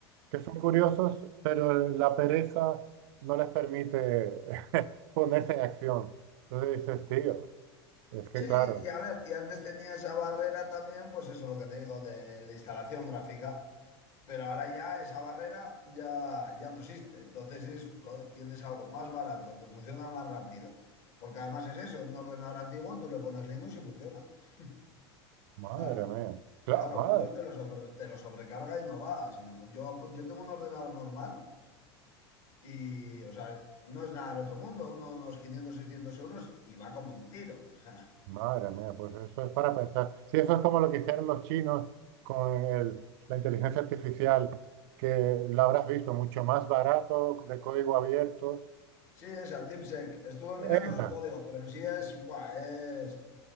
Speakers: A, on the right (about 65°); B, on the left (about 55°).
A: que son curiosos, pero la pereza no les permite <laughs> ponerse en acción. Entonces dices, tío, es que
B: Sí,
A: claro,
B: y a ver, y antes tenía esa barrera también, pues eso, lo que te digo, de la instalación gráfica. Pero ahora ya esa barrera ya, ya no existe. Entonces es, joder, tienes algo más barato, que funciona más rápido. Porque además es eso, en un ordenador antiguo tú le pones Linux y funciona. O
A: madre
B: sea,
A: mía, claro,
B: claro,
A: madre,
B: Windows te lo, sobre- te lo sobrecarga y no va. Sino, yo, yo tengo un ordenador normal y, o sea, no es nada del otro mundo, uno- unos 500 600 euros y va como un tiro. <laughs>
A: madre mía, pues eso es para pensar. Sí, eso es como lo que hicieron los chinos con el- la inteligencia artificial, que la habrás visto, mucho más barato, de código abierto
B: O sea, sí, esa, TipSec. Estuve mirando
A: Esa.
B: su código, pero en sí es, buah, es...